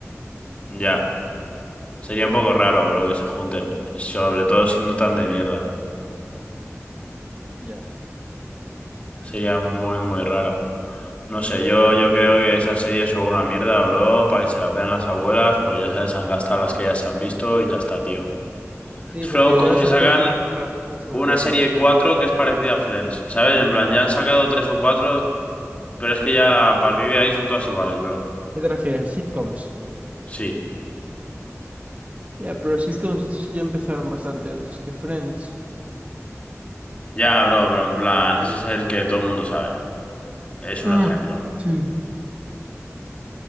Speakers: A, on the left; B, on the right.
A: Ya. Sería un poco raro, bro, que se junten, sobre todo siendo tan de mierda.
B: Ya,
A: Sería muy, muy raro. No sé, yo, yo
B: sí,
A: creo que esas series son una mierda, bro, para que se las vean las abuelas, pues ya se les han gastado
B: tal
A: las
B: cual.
A: que ya se han visto y ya está, tío.
B: Sí,
A: Es
B: porque
A: flow como
B: ya los
A: si
B: actores
A: sacan
B: que tenían para las dos se aburrieron.
A: una serie 4 que es parecida a Friends, ¿sabes? En plan, ya han sacado tres o cuatro, pero es que ya a partir de ahí son todas iguales, bro.
B: ¿Qué te refieres? Sitcoms.
A: Sí,
B: Ya, pero los sitcoms ya empezaron bastante antes que Friends.
A: ya, bro, pero en plan, ese es el que todo el mundo sabe. Es
B: Ah,
A: un ejemplo.
B: sí.